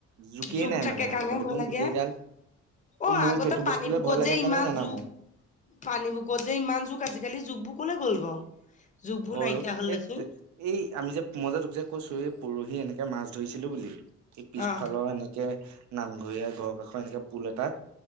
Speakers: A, on the right (about 70°); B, on the left (about 25°).
A: জোকেই
B: জুোক
A: নাই
B: থাকে
A: মানে আগতে
B: কামহে
A: দেখোন
B: ভয় লাগে
A: গোটেই গাল
B: অ
A: মোৰ
B: আগতে
A: সেইটো বস্তুলে
B: পানী বুকত
A: ভয় লাগে
B: যে
A: কাৰণে
B: ইমান
A: নানামো
B: জুগ পানী বুকত যে ইমান জুখ আজিকালি জুগবোৰ কলে গ'ল বাৰু জুোগবোৰ
A: হয়
B: নাইকিয়া
A: অ',
B: হ'ল
A: এই
B: দেখোন
A: এই আমি যে মজাতোক যে কৈছো এই পৰহি এনেকে মাছ ধৰিছিলো বুলি সেই পিছফালৰ
B: আহ
A: এনেকে নামঘৰীয়া ঘৰৰ কাষৰ এনেকে পুল এটাত